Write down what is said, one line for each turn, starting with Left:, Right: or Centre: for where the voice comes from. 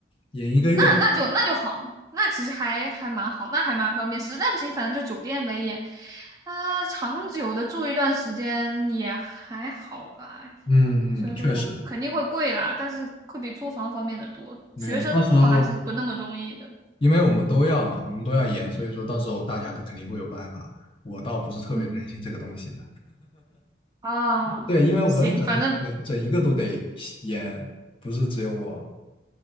Left: 延一个月。
Right: 嗯那那就那就好，那其实还还蛮好，那还蛮方便。实在不行，反正就酒店呗，也，呃，长久的住一段时间也还好吧。
Left: 嗯，
Right: 虽然说肯定会贵啦，
Left: 嗯确实
Right: 但是会比租房方便的多。
Left: 没有。
Right: 学生租房还是不那么容易的。
Left: 到时候，因为我们都要嘛，我们都要延，所以说到时候大家都肯定会有办法的。我倒不是特别担心这个东西了。
Right: 嗯啊，
Left: 对，因为我们整个整整一个都得延，
Right: 行，反正嗯，
Left: 不是只有我，